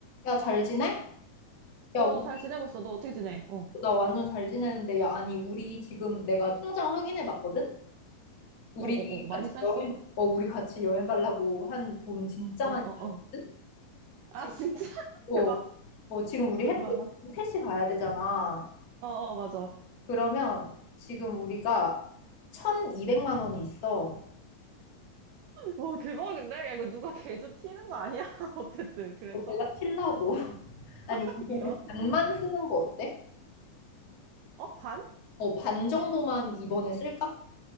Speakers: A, on the left (about 40°); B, on the right (about 80°).
A: 야, 잘 지내?
B: 어,
A: 야, 우리-
B: 잘 지내고 있어. 너 어떻게 지내? 어, 어,
A: 나 완전 잘 지내는데, 야, 아니, 우리 지금 내가 통장 확인해 봤거든? 우리
B: 어, 어. 많이
A: 같이
B: 쌌어?
A: 여행, 어, 우리 같이 여행 가려고 한 돈 진짜
B: 어,
A: 많이
B: 어,
A: 들었거든?
B: 어. 아,
A: 지금,
B: 진짜? <laughs>
A: 어,
B: 대박.
A: 어, 지금 우리
B: 얼마나?
A: 햇빛 셋이 가야 되잖아.
B: 어, 어, 맞아.
A: 그러면 지금 우리가 1,200만 원이 있어.
B: 와, 대박인데? 야, 이거 누가 개주 튀는 거 아니야? <laughs> 어쨌든. 그래서?
A: 어, 내가 칠라고. <laughs> 아니,
B: <laughs>
A: 이거
B: 이런.
A: 우리 반만 쓰는 거 어때?
B: 어, 반?
A: 어, 반 정도만 이번에 쓸까?